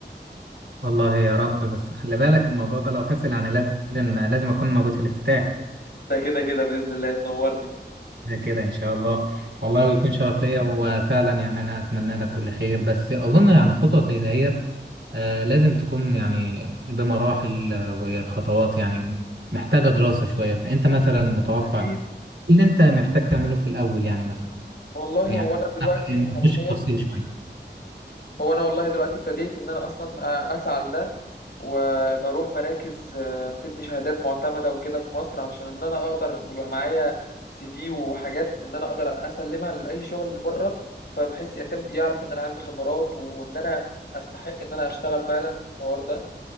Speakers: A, on the right (about 75°); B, on the left (about 65°).
A: والله يا رب بس خلي بالك الموضوع ده لو حصل يعني لازم لازم اكون موجود في الافتتاح
B: ده كده كده بإذن الله تنورني
A: ده كده ان شاء الله والله بيكون شرف ليا وفعلا يعني انا اتمنى لك كل خير بس اظن يعني خطوه زي دهيت آه لازم تكون يعني بمراحل آه، وخطوات يعني محتاجه دراسه شويه فانت مثلا متوقع
B: أكيد
A: إيه اللي انت محتاج تعمله في الاول يعني مثلا
B: والله
A: يعني
B: هو أنا دلوقتي حرفيا
A: نخش في تفصيل شويه
B: هو أنا والله دلوقتي ابتديت إن أنا أصلا أسعى لده وبروح مراكز آه، بتدي شهادات معتمدة وكده في مصر علشان إن أنا أقدر بيبقى معايا سي في وحاجات إن أنا أقدر أسلمها لأي شغل اللي بره فبحيث يتم يعرف إن أنا عندي خبرات وإن أنا أستحق إن أنا أشتغل فعلا في الحوار ده